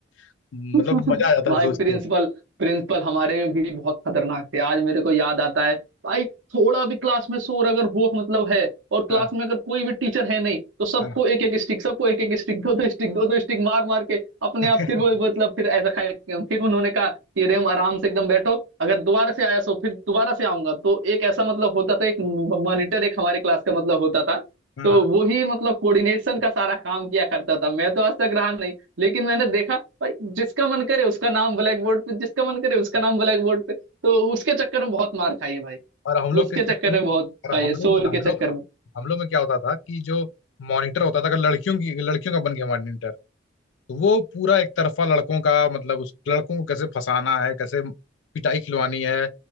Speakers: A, on the left; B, on the right.
A: मतलब
B: <laughs>
A: मजा आ जाता
B: भाई
A: है सोच
B: प्रिंसिपल
A: के
B: प्रिंसिपल हमारे भी बहुत खतरनाक थे आज मेरे को याद आता है भाई थोड़ा भी क्लास में शोर अगर हो मतलब है और क्लास
A: हाँ
B: में अगर कोई भी टीचर है नहीं तो सबको
A: हाँ
B: एक एक स्टिक सबको एक एक स्टिक दो दो स्टिक दो दो स्टिक मार मार के अपने
A: <laughs>
B: आप फिर वो मतलब फिर ऐसा खाए फिर उन्होंने कहा कि रेम आराम से एकदम बैठो अगर दोबारा से आया सो फिर दोबारा से आऊंगा तो एक ऐसा मतलब होता था एक मॉनिटर एक हमारे क्लास का मतलब होता था
A: हाँ,
B: तो
A: हाँ।
B: वो ही मतलब कोऑर्डिनेशन का सारा काम किया करता था मैं तो आज तक रहा नहीं लेकिन मैंने देखा भाई जिसका मन करे उसका नाम ब्लैक बोर्ड पे जिसका मन करे उसका नाम ब्लैक बोर्ड पे तो उसके चक्कर में बहुत मार खाई है भाई
A: और हम लोग
B: उसके
A: किस
B: चक्कर में बहुत
A: और
B: खाई
A: हम
B: है
A: लोग
B: शोर
A: हम
B: के
A: लोग
B: चक्कर में
A: हम लोग में क्या होता था कि जो मॉनिटर होता था अगर लड़कियों की लड़कियों का बन गया मॉनिटर तो वो पूरा एक तरफा लड़कों का मतलब उस लड़कों को कैसे फंसाना है कैसे पिटाई खिलवानी है